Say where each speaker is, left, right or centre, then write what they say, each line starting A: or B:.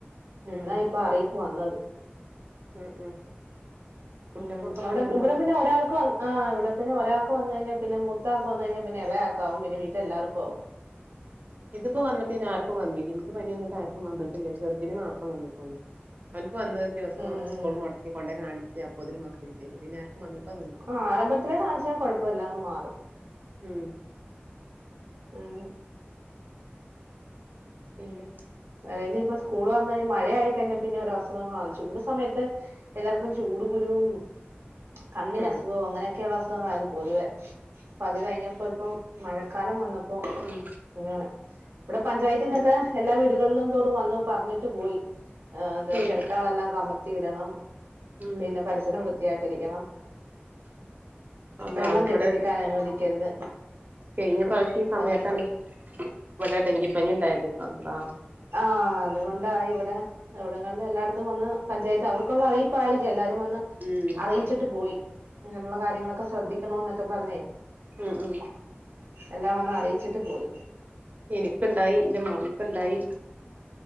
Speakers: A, on the right; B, on the right.
A: എന്നാ
B: ഉം
A: ഇപ്പൊ അറിയിപ്പ് വന്നത്
B: ഉം ഉം കുട്ടികൾക്കൊക്കെ
A: ഉം അവിടെ
B: പനി ഉണ്ടാവേ
A: ഇവിടെ പിന്നെ ഒരാൾക്ക് വന്ന ആഹ ഇവിടെ പിന്നെ ഒരാക്ക് വന്ന് കഴിഞ്ഞാ പിന്നെ മുത്താക്ക് വന്ന് കഴിഞ്ഞാ പിന്നെ എളായാക്കാവും പിന്നെ വീട്ടില്ലെല്ലാർക്കു ആവും
B: ഇതിപ്പോ വന്നിട്ട് പിന്നെ ആർക്കും വന്നില്ല ഇൻക്ക് പനി വന്നിട്ടാർക്കും വന്ന്ട്ടില്ല ചെറുതിന്ന് മാ ത്രം വന്നിട്ടൊള്ളു അവൻക്ക് വന്നൊരു ദിവസം
A: ഉം ഉം
B: സ്കൂൾ മൊടക്കി കൊണ്ടെ കാണിച്ച് അപ്പോതിന് മാറിം ചെയ്തു പിന്നെ ആ ക്കും വന്നിട്ടൊന്നുല്ല
A: ആഹ് ആരംഭത്തിലെ കാണിച്ചാ കൊഴപ്പമില്ല അങ്ങ് മാറും.
B: ഉം
A: ഉം
B: പിന്നെ
A: അതായിനി ഇപ്പൊ സ്കൂള് തൊർന്ന് കഴിഞ്ഞാൽ മഴയ ആയി കഴിഞ്ഞാൽ പിന്നെ ഒരോ അസുഖങ്ങളാണ് ചൂട് സമയത്ത് എല്ലർക്കും
B: ഉം
A: ചൂട് കുരുവും കണ്ണിന് അസുഖവും
B: ഉം
A: അങ്ങനെയൊക്കെയുള്ള അസുഖങ്ങളായിരുന്നു പൊതുവെ ഇപ്പ അത് കഴിഞ്ഞപ്പോ ഇപ്പം മഴക്കാലം വന്നപ്പോ
B: ഉം
A: അങ്ങനെ ഇവിടെ പഞ്ചായത്തിന്നൊക്കെ എല്ലാ വീടുകളിലും തോറും വന്ന് പറഞ്ഞി ട്ട് പോയി എന്താ
B: ശരി
A: ചെരട്ടകളെല്ലാം കമ ത്തിയിടണം
B: ഉം
A: പിന്നെ പരിസരം വൃത്തിയായിട്ടിരിക്കണം
B: അള്ളാ
A: വെള്ളം
B: ഇവിടെ
A: കെട്ടി നിൽക്കാൻ അനുവദിക്കരുത്
B: കഴിഞ്ഞ പ്രാവിശ്യം ഈ സമയത്താണ്
A: അങ്ങനെയൊക്കെ
B: ഇവടെ ഡെങ്കിപനി ഇണ്ടായത് അള്ളാഹ്
A: ആഹ് അതുകൊണ്ടാ ഇവടെ ഇവിടങ്ങളിൽ എല്ലായിടത്തും വന്ന് പഞ്ചായത്ത് അവർക്കുള്ള അറിയിപ്പായിരിക്കും എല്ലാരും വന്ന്
B: ഉം
A: അറിയിച്ചിട്ട് പോയി. ഇങ്ങനുള്ള കാര്യങ്ങളൊക്കെ ശ്രദ്ധിക്കണോന്നൊക്കെ പറഞ്ഞ്
B: ഉം ഉം
A: എല്ലാം വന്ന് അറിയിച്ചിട്ട് പോയി.
B: എനിക്ക് ഇണ്ടായി. ഇന്റെ മോൻക്ക്ണ്ടായി.